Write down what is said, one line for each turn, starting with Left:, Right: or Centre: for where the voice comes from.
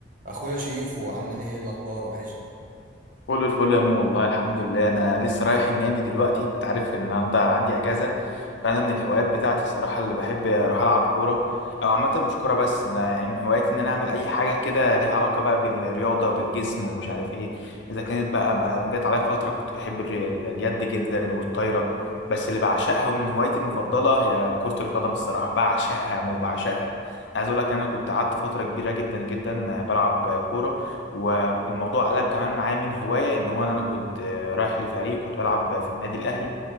Right: اخويا شيف وعامل ايه الاخبار وحشني
Left: كل الفل يا مو والله الحمد لله انا لسه رايح النادي دلوقتي انت عارف النهارده عندي اجازه فانا من الهوايات بتاعتي الصراحه اللي بحب اروح العب كوره او عامه مش كوره بس انا يعني من هواياتي ان انا اعمل اي حاجه كده ليها علاقه بقى بالرياضه وبالجسم ومش عارف ايه اذا كانت بقى, بقى جت عليا فتره كنت بحب الري- ال- اليد جدا والطايره بس اللي بعشقها من هوايتي المفضله هي كره القدم الصراحه بعشقها يا مو بعشقها عايز اقول لك ان انا كنت قعدت فتره كبيره جدا جدا بلعب كوره و- والموضوع قلب كمان معايا من هواية ان هو ان انا كنت آه، رايح لفريق كنت بلعب في النادي الاهلي